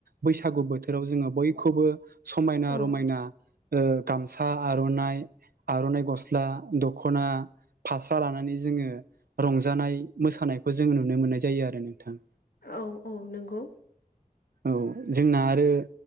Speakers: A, on the right; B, on the left.
A: बैसागु बोथोराव जोङो बयखौबो समायना
B: औ
A: रमायना ओ गामसा आर'नाइ आर'नाइ गस्ला दख'ना फास्रा लानानै जोङो रंजानाय मोसानायखौ जोङो नुनो मोननाय जायो आरो नोंथां।
B: औ औ नंगौ।
A: औ जोंना आरो